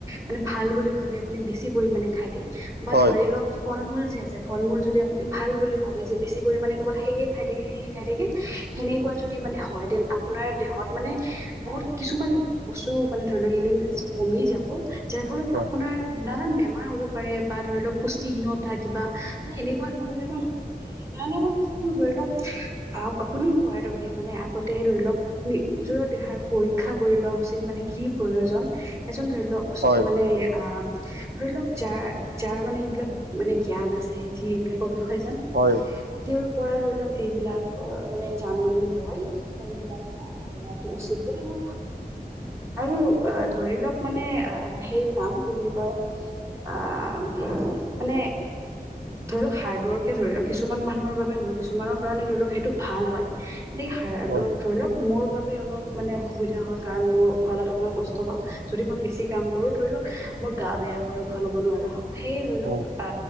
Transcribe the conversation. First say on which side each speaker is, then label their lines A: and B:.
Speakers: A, on the right; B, on the right.
A: মানে ভাল বুলি ভাবি আপুনি বেছি পৰিমমানণে খাই দিয়ে, বা
B: হয়
A: ধৰি লওক ফল মূল যে আছে ফল মূল যদি আপুনি ভাল বুলি ভাবি যে বেছি পৰিমাণে কেৱল সেয়ে খাই থাকে সেয়ে খাই থাকে কি? সেনেকুৱা যদি মানে হয় দেন আপোনাৰ দেহত মানে বহুত কিছুমান বস্তু মানে এলিমেণ্টছ কমি যাব যাৰ ফলত
B: হয়
A: আপোনাৰ নানান বেমাৰ হ'ব পাৰে বা ধৰি লওক পুষ্টিহীনতা কিবা মানে এনেকুৱা ধৰণৰ বেমাৰ হ'ব প তণে মই ভাবছো ধৰি লওক আ আপুনি কোৱাৰ দৰে মানে আগতে ধৰি লওক নিজৰ দেহাৰ পৰীক্ষা কৰি লোৱা উচিত মানে কি প্ৰয়োজন এজন ধৰি লওক
B: হয়
A: মানে আ ধৰি লওক যাৰ যাৰ মানে এইবিলাক মানে জ্ঞান আছে যি এইবিলাকৰ হয় জানে
B: হয়
A: তেওঁৰ কৰা ধৰি লওক এইবিলাক মানে জাননী লৈ এইবিলাক কৰাো উচিত বুলি মই আৰু ধৰি লওক। মানে সেই কাম কি বুলি কয় মানে ধৰি লওক হাৰ্ড ৱৰ্কে ধৰি লওক কিছুমান মানুহৰ বাবে নহয় কিছুমানৰ কাৰণে ধৰি লওক সেইটো ভাল হয় সেই হড়াটো
B: হয়
A: ধৰি লওক মোৰ বাবে অলপ মানে অসুবিধা হয় কাৰণ মই খোৱালত অকণমান কষ্ট পাওঁ যদি মই বেছি কাম কৰো ধৰি লওক মোৰ গা বেয়া কৰে উশাল ল'ব নোৱাৰা হয় সেয়ে ধৰি লওক
B: হয়
A: আ